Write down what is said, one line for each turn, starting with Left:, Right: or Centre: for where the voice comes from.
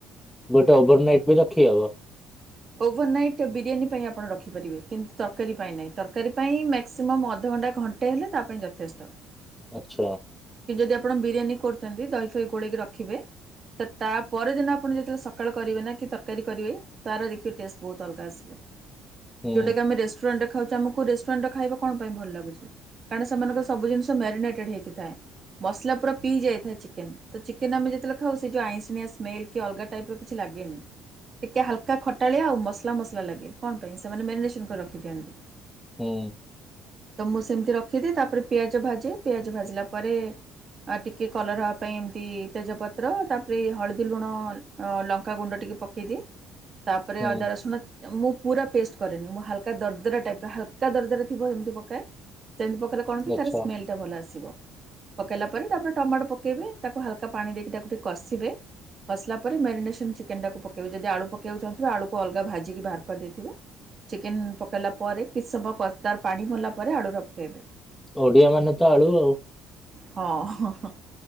Centre: ଗୋଟେ ଓଭର ନାଇଟ୍ ବି ରଖି ହବ?
Right: ଓଭର ନାଇଟ୍ ବିରିୟାନୀ ପାଇଁ ଆପଣ ରଖିପାରିବେ, କିନ୍ତୁ ତରକାରୀ ପାଇଁ ନାହିଁ। ତରକାରୀ ପାଇଁ ମ୍ୟାକ୍ସିମମ୍ ଅଧଘଣ୍ଟା ଘ ଣ୍ଟେ ହେଲେ ତା ପାଇଁ ଯଥେଷ୍ଟ।
Centre: ଆଚ୍ଛା।
Right: କି ଯଦି ଆପଣ ବିରିୟାନୀ କରୁଛନ୍ତି? ଦହି ଫହି ଗୋଳେଇକି ରଖିବେ? ତ ତାପଦିନ ଆପଣ ଯେତେବେଳେ ସକାଳ କରିବେ ନା କି ତରକାରୀ କରିବେ? ତାର ଦେଖିବେ ଟେଷ୍ଟ ବହୁତ ଅଲଗା ଆସିବ।
Centre: ହୁଁ
Right: ଯୋଉଟାକି ଆମେ ରେସ୍ ଟୁରାଣ୍ଟରେ ଖାଉଛେ ଆମକୁ ରେଷ୍ଟୁରାଣ୍ଟର ଖାଇବା କଣ ପାଇଁ ଭଲ ଲାଗୁଚି? କାରଣ ସେମାନଙ୍କର ସବୁ ଜିନଷ ମ୍ୟାରିିନେଟେଡ ହେଇକିଥାଏ। ମସଲା ପୁରା ପିଇ ଯାଇଥାଏ ଚିକେନ। ତ ଚିକେନ ଆମେ ଯେତେବେଳେ ଖାଉ ସେ ଯୋଉ ଆଇଁଷିଣିଆ ସ୍ମେଲ କି ଅଲଗା ଟାଇପ ର କିଛି ଲାଗେନି। ଟିକେ ହାଲକା ଖଟାଳିଆ ଆଉ ମସଲା ମସଲା ଲାଗେ କଣ ପାଇଁ ସେମାନେ ମ୍ୟାରିନେସନ୍ କରି ରଖିଦିଅନ୍ତି।
Centre: ହୁଁ।
Right: ତ ମୁଁ ସେମିତି ରଖିଦିଏ ତାପରେ ପିଆଜ ଭାଜେ ପିଆଜ ଭାଜିଲା ପରେ ଆ ଟିକେ କଲର୍ ହବା ପାଇଁ ଏମିତି ତେଜପତ୍ର ତାପରେ ହଳଦୀ ଲୁଣ ଲଙ୍କାଗୁଣ୍ଡ ଟିକେ ପକେଇଦିଏ। ତାପରେ
Centre: ହୁଁ
Right: ଅଦା ରସୁଣ ନାଁ ମୁଁ ପୁରା ପେଷ୍ଟ କରେନି ମୁଁ ହାଲକା ଦରଦରା ଟାଇପ୍ ର ହାଲକା ଦରଦରା ଥିବ ଏମିତି ପକାଏ। ସେମିତି ପକେଇଲେ କଣ କି
Centre: ଆଚ୍ଛା।
Right: ତାର ସ୍ମେଲ୍ସଟା ଭଲ ଆସିବ। ପକେଇଲା ପରେ ତା ପରେ ଟମାଟୋ ପକେଇବେ ତାକୁ ହାଲକା ପାଣି ଦେଇକି ତାକୁ ଟିକେ କଷିବେ। କଷିଲା ପରେ ମ୍ୟାରିନେସନ୍ ଚିକେନ୍ ଟାକୁ ପକେଇବି ଯଦି ଆଳୁ ପକେଇବାକୁ ଚାହୁଁଥିବେ ଆଳୁକୁ ଅଲଗା ଭାଜିକି ବାହାର କରିଦେଇଥିବେ। ଚିକେନ୍ ପକେଇଲା ପରେ କିଛି ସମୟ କର ତାର ପାଣି ମରିଲା ପରେ ଆଳୁର କେଇବେ।
Centre: ଓଡ଼ିଆ ମାନେ ତ ଆଳୁ ଆଉ।
Right: ହଁ